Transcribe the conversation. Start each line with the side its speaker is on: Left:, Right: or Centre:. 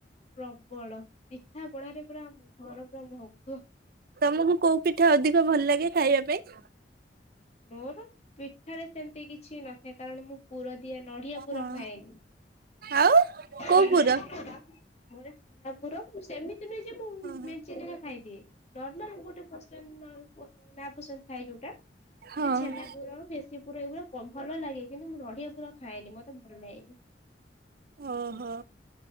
Left: ପ୍ରବଳ ପିଠା ପଣାାରେ ପୁରା ଘର ପୁରା ମହକୁ ଥୁବ।
Right: ତମୁକୁ କୋଉ ପିଠା ଅଧିକ ଭଲ ଲାଗେ ଖାଇବା ପାଇଁ?
Left: ମୋର ପିଠାରେ ସେମତି କିଛି ନଥାଏ କାରଣ ମୁଁ ପୁର ଦିଆ ନଡିଆ ପୁର
Right: ହଁ।
Left: ଖାଏନି।
Right: ଆଉ
Left: <inaudible>
Right: କୋଉ ପୁର?
Left: ମୋର ଛେନାପୁର ମୁଁ ସେମିତି ନୁହଁ ଯେ ମୁଁ
Right: ହଁ
Left: ମେଞ୍ଚେନେଖା ଖାଇଦିଏ। ନର୍ମାଲ ଗୋଟେ <unintelligible> ନା ପସନ୍ଦ ଥାଏ ଯୋଉଟା।
Right: ହଁ।
Left: ମତେ ଛେନା ପୁର ଭେଶୀ ପୁର ଏଇଗୁଡା ଭଲ ଲାଗ କିନ୍ତୁ ମୁଁ ନଡିଆ ପୁର ଖାଏନି ମତେ ଭଲ ଲାଗେନି।
Right: ଓହୋ